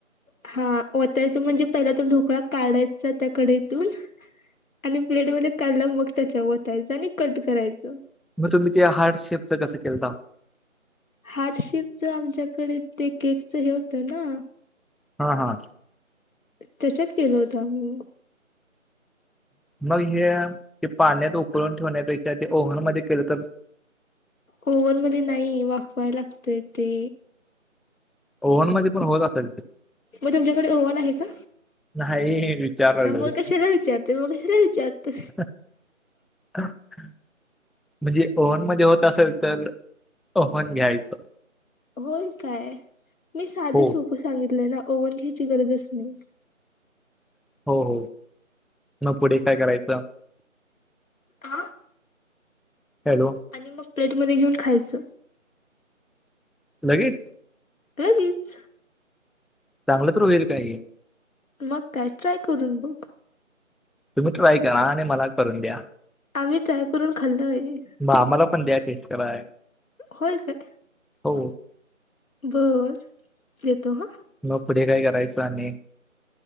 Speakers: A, on the left; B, in the centre.
A: हा वतायचं म्हणजे पहिला तो ढोकळा काढायचा त्या कडईतून. आणि प्लेटमध्ये काढला मग त्याच्या वतायचं आणि कट करायचं.
B: मग तुम्ही ते हार्ट शेपच कसं केलताव?
A: हार्टशेपच आमच्याकडे ते केकचं हे होतं ना.
B: हां हां.
A: त्याच्यात केल होत आम्ही.
B: मग हे ते पाण्यात उकळून ठेवण्यापेक्षा ते ओव्हन मध्ये केलं तर?
A: ओव्हन मध्ये नाही वाफवाय लागतंय ते.
B: ओव्हन मध्ये पण होत असेल की.
A: मग तुमच्याकडे ओव्हन आहे का?
B: नाही! विचारलोय
A: आं मग कशाला विचारतो मग कशाला विचारतो?
B: <inaudible> म्हणजे ओव्हन मधे होत असेल तर ओव्हन घ्यायचं.
A: होय काय! मी साधं
B: हो
A: सोपं सांगितलंय ना ओव्हन घ्यायची गरजच नाही.
B: हो हो मग पुढे करायचं.
A: आं?
B: हॅलो!
A: आणि मग प्लेट मध्ये घेऊन खायच.
B: लगेच!
A: लगेच!
B: चांगल तर होईल काय हे?
A: मग काय ट्राय करून बघ!
B: तुम्ही ट्राय करा आणि मला करून द्या.
A: आम्ही ट्राय करून खाल्लोय.
B: मग आम्हाला पण द्या टेस्ट कराय.
A: होय काय!
B: हो.
A: बरं येतो हां.
B: मग पुढे काय करायचं आणि?